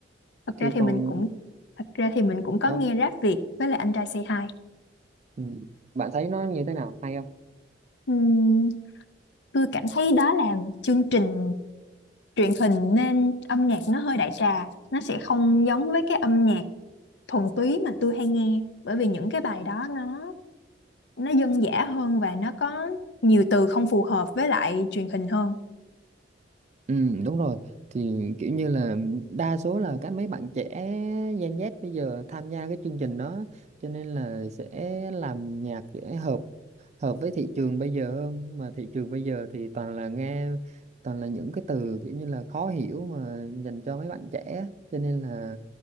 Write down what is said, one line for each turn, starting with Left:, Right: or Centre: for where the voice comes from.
Left: Thật
Right: thì
Left: ra thì
Right: còn
Left: mình cũng thật ra thì mình cũng có
Right: ờ,
Left: nghe rap Việt với lại anh trai Say Hi.
Right: ừ. bạn thấy nó như thế nào hay không
Left: Ừm, tôi cảm thấy đó là chương trình truyền hình nên âm nhạc nó hơi đại trà, nó sẽ không giống với cái âm nhạc thuần túy mà tôi hay nghe bởi vì những cái bài đó nó nó dân dã hơn và nó có nhiều từ không phù hợp với lại truyền hình hơn.
Right: Ừ, đúng rồi thì kiểu như là đa số là các mấy bạn trẻ Gen Z bây giờ tham gia cái chương trình đó cho nên là sẽ làm nhạc để hợp hợp với thị trường bây giờ hơn mà thị trường bây giờ thì toàn là nghe toàn là những cái từ kiểu như là khó hiểu mà dành cho mấy bạn trẻ cho nên là